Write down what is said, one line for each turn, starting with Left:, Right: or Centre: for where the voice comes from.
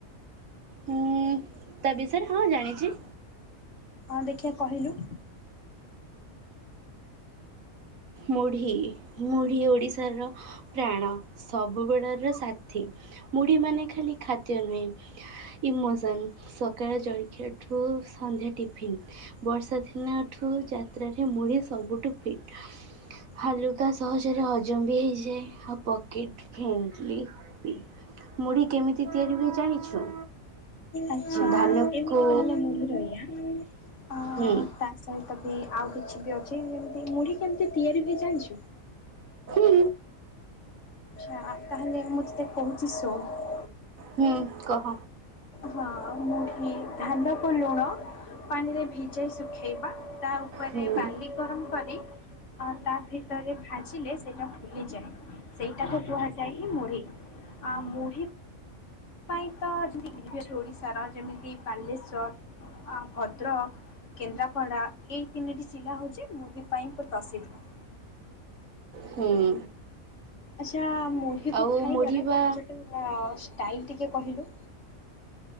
Right: ହୁଁ ତା ବିଷୟରେ ହଁ ଜାଣିଚି।
Left: ହଁ ଦେଖିଆ କହିଲୁ?
Right: ମୁଢ଼ି ମୁଢ଼ି ଓଡ଼ିଶାର ପ୍ରାଣ ସବୁବେଳର ସାଥୀ। ମୁଢି ମାନେ ଖାଲି ଖାଦ୍ୟ ନୁହେଁ ଇମୋସନ ସକାଳେ ଜଳଖିଆଠୁ ସନ୍ଧ୍ୟା ଟିଫିନ୍ ବର୍ଷା ଦିନଠୁ ଯାତ୍ରାରେ ମୁଢ଼ି ସବୁଠୁ ଫିଟ୍ ହାଲୁକା ସହଜରେ ହଜମ ବି ହେଇଯାଏ ଆଉ ପକେଟ ଫ୍ରେଣ୍ଡଲି ମୁଢି କେମିତି ତିଆରି ହୁଏ ଜାଣିଛୁ
Left: ଆଚ୍ଛା
Right: ଧାନକୁ
Left: ଏମିତି ତାହେଲେ ମୁଢ଼ି ତା ସହିତ
Right: ହୁଁ
Left: ତ ବି ଆଉ କିଛି ବି ଅଛି ଯେମିତି ମୁଢି କେମତି ତିଆରି ହୁଏ ଜାଣିଛୁ
Right: ହୁ
Left: ଆଚ୍ଛା ତାହେଲେ ମୁଁ ତତେ କହୁଛି ଶୁଣ
Right: ହୁଁ କହ
Left: ହଁ ମୁଢ଼ି ଧାନକୁ ଲୁଣ ପାଣିରେ ଭିଜାଇ ଶୁଖାଇବା ତା ଉପରେ
Right: ହୁଁ
Left: ବାଲି ଗରମ କରି ହଁ ତା ଭିତରେ ଭାଜିଲେ ସେଇଟା ଫୁଲିଯାଏ ସେଇଟାକୁ କୁହାଯାଏ ହିଁ ମୁଢ଼ି ଆ ମୁଢ଼ି ତ ପାଇଁ ତ ଯଦି ୋଡି ସାର ଯେମିତି ବାଲେଶ୍ଵର ଅଁ ଭଦ୍ରକ କେନ୍ଦ୍ରାପଡ଼ା ଏଇ ତିନିଟି ଜିଲ୍ଲା ହେଉଛି ମୁଁଢୀ ପାଇଁ କି ପ୍ରସିଦ୍ଧ
Right: ହୁଁ
Left: ଆଚ୍ଛା ମୁଢିକୁୁ
Right: ଆଉ
Left: ଖାଇବାର
Right: ମୁଢ଼ି ବା
Left: ପାଞ୍ଚଟା ଷ୍ଟାଇଲ୍ ଟିକେ କହିଲୁ